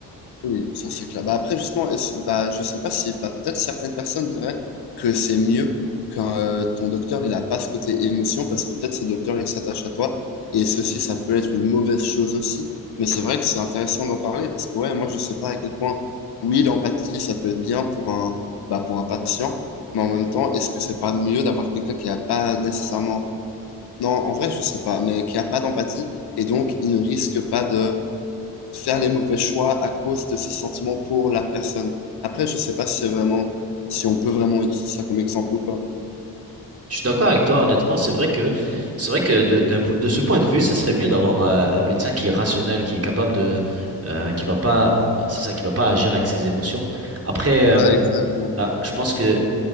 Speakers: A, on the left; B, on the right.
A: Oui, ça c'est clair. Bah, après, justement, est-ce- bah, je sais pas si bah, peut-être certaines personnes diraient que c'est mieux quand euh, ton docteur il a pas ce côté émotion parce que peut-être ce docteur il s'attache à toi et ceci ça peut être une mauvaise chose aussi. Mais c'est vrai que c'est intéressant d'en parler parce que ouais, moi je sais pas à quel point oui l'empathie ça peut être bien pour un bah, pour un patient, mais en même temps est-ce que c'est pas mieux d'avoir quelqu'un qui a pas nécessairement non en vrai je sais pas mais qui a pas d'empathie et donc il ne risque pas faire les mauvais choix à cause de ses sentiments pour la personne. Après, je sais pas si c'est vraiment, si on peut vraiment utiliser ça comme exemple ou pas.
B: Je suis d'accord avec toi, honnêtement, c'est vrai que c'est vrai que de, d'un po- de ce point de vue, ce serait mieux d'avoir euh, un médecin qui est rationnel, qui est capable de euh, qui va pas c'est ça qui va pas agir avec ses émotions. Après,
A: Voilà,
B: euh,
A: exact, ouais.
B: ah, je pense que